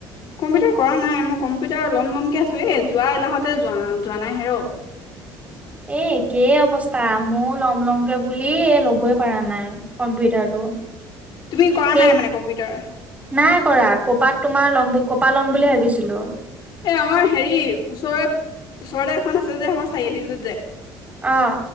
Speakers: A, on the left; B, on the right.
A: কম্পিউটাৰ কৰা নাই মই কম্পিউটাৰ লম লমকে আছো এ যোৱা এলাহতে যোৱা যোৱা নাই হে ৰ।
B: । <unintelligible> এ একেই অৱস্থা ময় ল'ম ল'মকে বুলি ল'বই পৰা নাই কম্পিউটাৰটো।
A: তুমি কৰা
B: সেই
A: নাই মানে কম্পিউটাৰ
B: নাই কৰা কবাদ তোমাৰ লম। কপাল ল' বুলি ভিছিলো।
A: এ আমাৰ হেৰি ওচৰ ওচৰতে এখন আছে যে আমাৰ চাৰিআলিত যে।
B: অ।